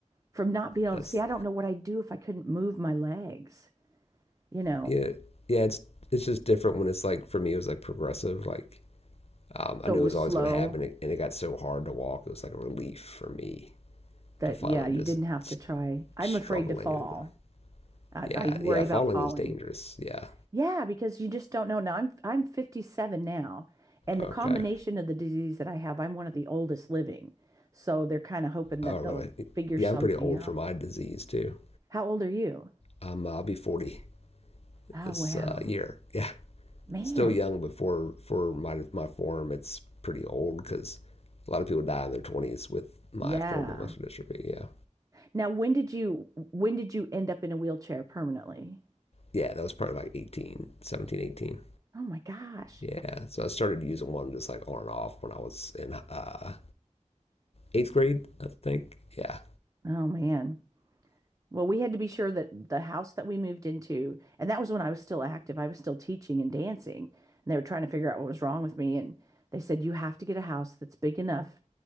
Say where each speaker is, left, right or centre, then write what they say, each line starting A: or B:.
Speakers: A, on the right; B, on the left.
A: From not being able
B: That's
A: to see, I don't know what I'd do if I couldn't move my legs, you know.
B: yeah, yeah. It's it's just different when it's like for me it was like progressive, like um,
A: So
B: I knew
A: it was
B: it was always
A: slow
B: going to happen, and it got so hard to walk. It was like a relief for me
A: that
B: to finally
A: yeah, you
B: just
A: didn't have to try. I'm
B: struggling
A: afraid to fall.
B: anymore.
A: I,
B: Yeah,
A: I worry
B: yeah,
A: about
B: falling
A: falling.
B: is dangerous. Yeah,
A: Yeah, because you just don't know. Now I'm I'm 57 now, and the
B: okay.
A: combination of the disease that I have, I'm one of the oldest living. So they're kind of hoping
B: Oh,
A: that
B: really?
A: they'll figure
B: Yeah,
A: something
B: I'm pretty old
A: out.
B: for my disease too.
A: How old are you?
B: Um, I'll be 40
A: Oh,
B: this
A: wow.
B: uh, year. Yeah,
A: Man.
B: still young, but for for my my form, it's pretty old because a lot of people die in their 20s with my
A: Yeah.
B: form of muscular dystrophy. Yeah,
A: Now, when did you when did you end up in a wheelchair permanently?
B: yeah, that was probably like 18, 17, 18.
A: Oh my gosh.
B: Yeah, so I started using one just like on and off when I was in uh, eighth grade, I think. Yeah,
A: Oh man. Well, we had to be sure that the house that we moved into, and that was when I was still active, I was still teaching and dancing, and they were trying to figure out what was wrong with me. And they said, You have to get a house that's big enough,